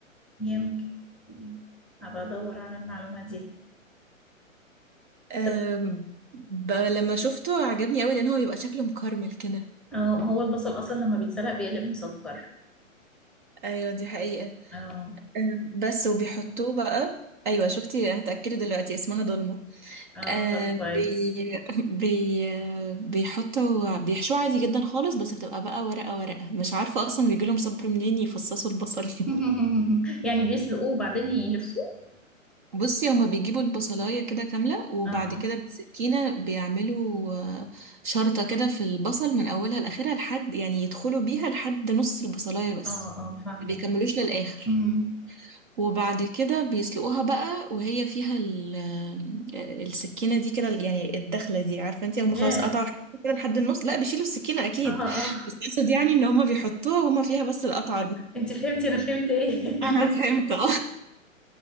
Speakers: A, in the centre; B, on the right (about 35°).
A: يمكن يمكن أبقى أدور على المعلومة دي
B: أم...
A: طب
B: ب... لما شفته عجبني قوي لان هو بيبقى شكله مكرمل كده
A: اه ما هو البصل أصلا لما بيتسلق بيقلب مسكر
B: ايوه دي حقيقة
A: اه
B: أم، بس وبيحطوه بقى ايوه شفتي انا اتاكدت دلوقتي اسمها دولمة
A: اه
B: آه
A: طب كويس
B: بي بي آه، بيحطوا بيحشوه عادي جدا خالص بس بتبقى بقى ورقة ورقة مش عارفة أصلا بيجيلهم صبر منين يفصصوا البصل <laughs>
A: <laughs> يعني بيسلقوه وبعدين يلفوه
B: بصي هما بيجيبوا البصلاية كده كاملة وبعد
A: اه
B: كده بالسكينة بيعملوا آه، شرطة كده في البصل من أولها لآخرها لحد يعني يدخلوا بيها لحد نص البصلاية بس
A: اه اه فاهمة
B: ما بيكملوش للآخر
A: أمم.
B: وبعد كده بيسلقوها بقى وهي فيها ال- آه، السكينة دي كده يعني الدخلة دي عارفة انت هم
A: ياه
B: خلاص قطعوا حتة كده لحد النص لا بيشيلوا السكينة أكيد
A: اه اه
B: بس أقصد يعني إن هم بيحطوها وهم فيها بس القطعة دي
A: انت فهمتي انا فهمت ايه
B: أنا فهمت
A: <laughs>
B: اه.